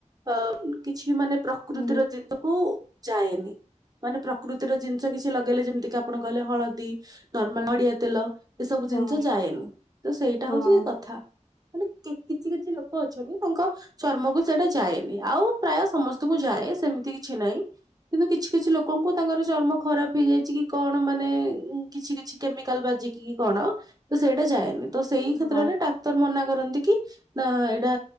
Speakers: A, on the right (about 30°); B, on the left (about 40°).
A: ଅ କିଛି ମାନେ ପ୍ରକୃତିର
B: ହୁଁ
A: ଜିନିଷକୁ ଯାଏନି। ମାନେ ପ୍ରକୃତିର ଜିନିଷ କିଛି ଲଗେଇଲେ ଯେମିତି କି ଆପଣ କହିଲେ ହଳଦୀ ନର୍ମାଲ ନଡିଆ ତେଲ। ଏସବୁ
B: ହଁ
A: ଜିନିଷ ଯାଏନି ତ ସେଇଟା
B: ହଁ
A: ହଉଛି କଥା। ମାନେ କିଛି କିଛି ଲୋକ ଅଛନ୍ତି ତାଙ୍କ। ଚର୍ମକୁ ସେଇଟା ଯାଏନି ଆଉ ପ୍ରାୟ ସମସ୍ତଙ୍କୁ ଯାଏ ସେମିତି କିଛି ନାହିଁ। କିନ୍ତୁ କିଛି କିଛି ଲୋକଙ୍କୁ ତାଙ୍କର ଚର୍ମ ଖରାପ ହେଇଯାଇଛି କି କଣ ମାନେ। କିଛି କିଛି କେମିକାଲ ବାଜିକି କି କଣ ତ ସେଇଟା ଯାଏନି ତ ସେଇ କ୍ଷେତ୍ରରେ
B: ହଁ
A: ଡା କ୍ତର ମନା କରନ୍ତି କି ନା ଏଇଟା